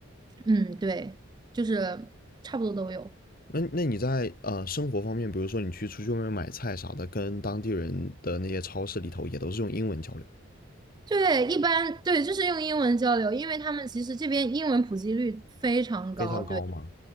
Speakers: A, on the right; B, on the left.
A: 嗯，对，就是差不多都有。
B: 那那你在呃生活方面，比如说你去出去外面买菜啥的，跟当地人的那些超市里头也都是用英文交流，
A: 对，一般对，就是用英文交流，因为他们其实这边英文普及率非常高，
B: 非常高吗？
A: 对，